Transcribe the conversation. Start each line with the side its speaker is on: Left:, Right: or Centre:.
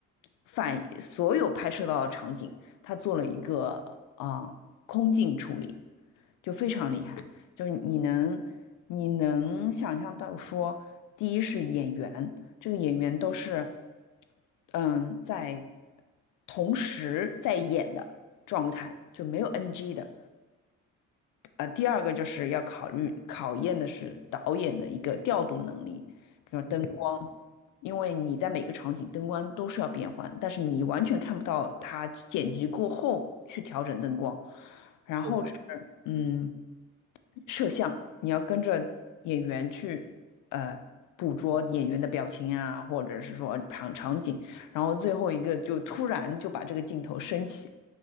Left: 反所有拍摄到的场景，他做了一个啊、呃空镜处理，就非常厉害。就是你能你能想象到说，第一是演员，这个演员都是嗯在同时在演的状态，就没有 NG 的。呃，第二个就是要考虑考验的是导演的一个调度能力，比如灯光，
Right: 嗯，
Left: 因为你在每个场景灯光都是要变换，但是你完全看不到他剪辑过后去调整灯光。然后是，
Right: 是的，
Left: 嗯，摄像，你要跟着演员去呃捕捉演员的表情啊，或者是说场场景，然后最后一个就突然就把这个镜头升起，